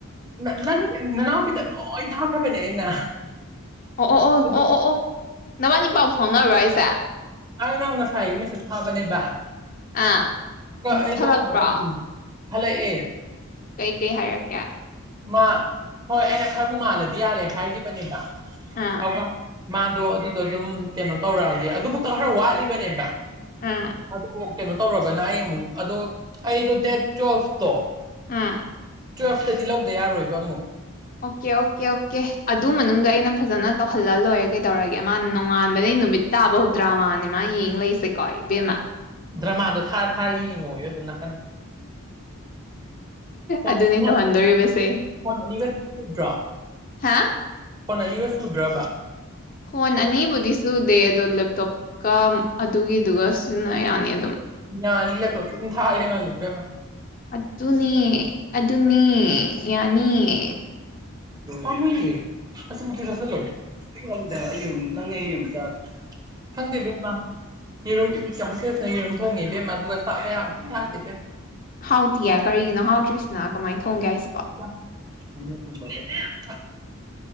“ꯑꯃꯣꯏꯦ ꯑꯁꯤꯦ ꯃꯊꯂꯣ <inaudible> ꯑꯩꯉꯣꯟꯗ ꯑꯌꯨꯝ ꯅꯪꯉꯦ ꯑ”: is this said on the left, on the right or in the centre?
Right